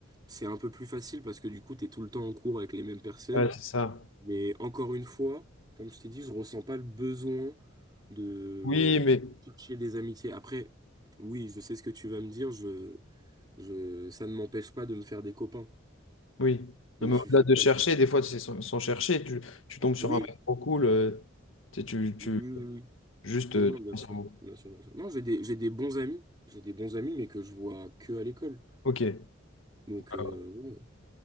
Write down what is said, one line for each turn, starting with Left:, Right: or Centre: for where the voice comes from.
Right: c'est un peu plus facile parce que du coup, t'es tout le temps en cours avec les mêmes personnes.
Left: ouais, c'est ça.
Right: Mais encore une fois, comme je t'ai dit, je ressens pas le besoin de
Left: Oui, mais
Right: chercher des amitiés. Après, oui, je sais ce que tu vas me dire. Je je, ça ne m'empêche pas de me faire des copains.
Left: oui.
Right: Je
Left: Non,
Right: me
Left: mais
Right: suis
Left: au-delà
Right: fait.
Left: de chercher,
Right: Oui,
Left: des fois, c'est sans, sans chercher, tu, tu tombes sur
Right: oui,
Left: un mec trop cool, euh, tu, sais, tu, tu-
Right: oui, oui.
Left: juste
Right: Oui,
Left: euh,
Right: non,
Left: tu
Right: bien
Left: penses
Right: sûr.
Left: à vous.
Right: Bien sûr, bien sûr. Non, j'ai des, j'ai des bons amis. J'ai des bons amis, mais que je vois que à l'école.
Left: Ok. Ouais,
Right: Donc, euh,
Left: ouais,
Right: ouais.